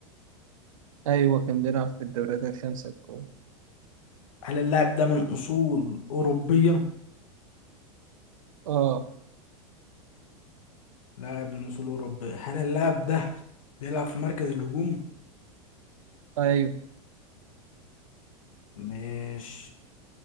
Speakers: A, on the right (about 70°); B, on the left (about 70°).
A: ايوه كان بيلعب في الدوريات الخمسة الكبرى
B: هل اللاعب ده من أصول أوروبية؟
A: اه
B: لاعب من أصول أوروبية هل اللاعب ده بيلعب في مركز الهجوم؟
A: ايوه
B: مش